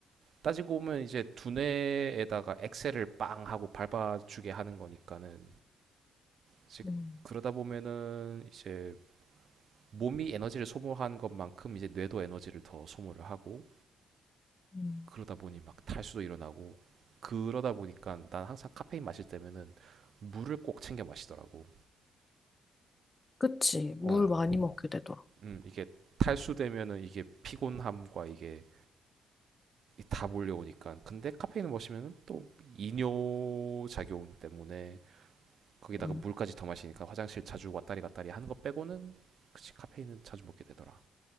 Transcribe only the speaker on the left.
음,
음.
그치.
물 많이 먹게 되더라.
음,